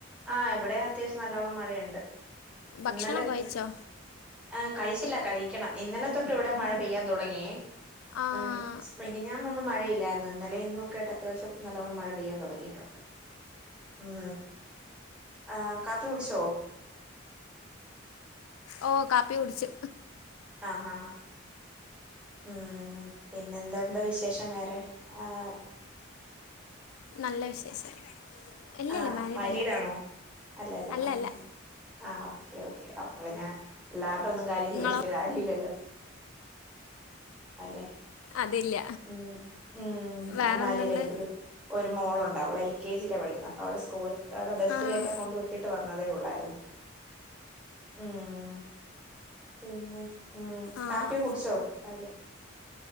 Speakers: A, in the centre; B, on the left.
A: ആഹ് ഇവിടെ അത്യാവശ്യം നല്ലോണ്ണം മഴയുണ്ട്
B: ഭക്ഷണം
A: ഇന്നലെ
B: ഒക്കെ കഴിച്ചോ
A: ആഹ് കഴിച്ചില്ല കഴിക്കണം ഇന്നലെ തൊട്ട് ഇവിടെ മഴ പെയ്യാൻ തുടങ്ങിയേ
B: ആഹ്
A: ഉം മിനിഞ്ഞന്നൊന്നും മഴയില്ലായിരുന്നു, ഇന്നലെയും ഇന്നുയൊക്കെയായിട്ട് അത്യാവശ്യം നല്ലവണ്ണം മഴ പെയ്യാൻ തുടങ്ങ ങ്ങിട്ടുണ്ട് ഉം ആഹ് കാപ്പി കുടിച്ചോ
B: ഓഹ് കാപ്പി കുടിച്
A: ആഹ് ഉം പിന്നെ എന്തണ്ടോ വിശേഷം വേറെ ആഹ്
B: നല്ല വിശേഷം ഇല്ല
A: ആഹ്
B: ഇല്ല മാരീഡല്ല
A: മാരിടാണോ അല്ലല്ല
B: അല്ല
A: ആഹ്
B: അല്ല
A: ആഹ് ഓക്കേ ഓക്കേ അപ്പൊ പിന്നെ പിള്ളേരുടെ ഒന്നും കാര്യം
B: നിങ്ങളോ
A: ചോദിച്ചിട്ട് കാര്യ ഇല്ലല്ലോ അല്ലെ
B: അതില്ല
A: ഉം ഉം
B: വേറെന്തുണ്ട്
A: ഞാൻ മാരീഡാ എനിക്കൊരു ഒരു മോളുണ്ട് അവൾ എൽ കെ ജിയിലാ പഠിക്കുന്നത് അപ്പോ അവള സ്കൂളിക്ക് അവിടെ ബസ്
B: ആഹ്
A: കയറ്റാ കൊണ്ട് വിട്ടിട്ട് വ ന്നതേയുള്ളായിരുന്നു ഉം പിന്നെ ഉം
B: ആഹ്
A: കാപ്പിയൊക്കെ കുടിച്ചോ രാവിലെ